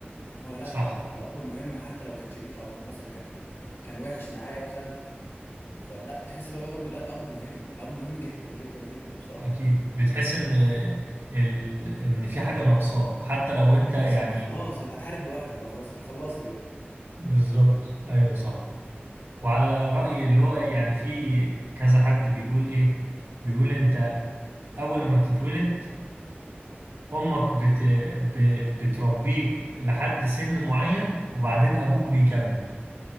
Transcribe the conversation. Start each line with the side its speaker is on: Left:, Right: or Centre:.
Left: اللي هو لأ
Right: صح
Left: الأب مهم حتى لو كان شديد أو مثلا كان كان وحش معايا مثلا فلا بتحس اللي هو برضو لأ الأب مهم الأب مهم جدا جدا جدا بصراحة
Right: اكيد بتحس
Left: الأب
Right: ان ال... ان في حاجة ناقصاك حتى لو انت
Left: بتحس
Right: يعني
Left: إن أنت خلاص يعني هتحارب لوحدك بقى خلاص أنت خلصت كده
Right: بالظبط ايوه صح وعلى رأيي اللي هو ايه يعني في كذا حد بيقول ايه بيقول انت أول لما بتتولد أمك بت... ب... بتربيك لحد سن معين وبعدين أبوك بيكمل